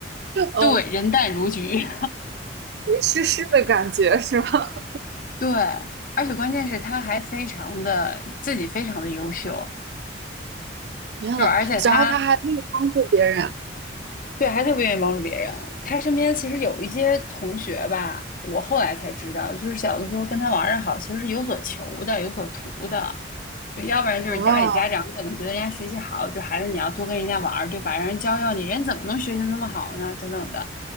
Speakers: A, on the right; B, on the left.
A: <laughs> 嗯。
B: 对，人淡如菊，
A: 没湿湿的感觉是吧？
B: <laughs> 对，而且关键是他还非常的自己非常的优秀，
A: 天呐，
B: 就是而且他
A: 然后他还可以帮助别人
B: 对，还特别愿意帮助别人。他身边其实有一些同学吧，我后来才知道，就是小的时候跟他玩的好，其实是有所求的，有所图的。就要不然就是家里家长可能觉得人家学习好，
A: 啊！
B: 就孩子你要多跟人家玩儿，对吧？让人教教你，人怎么能学习那么好呢？等等的，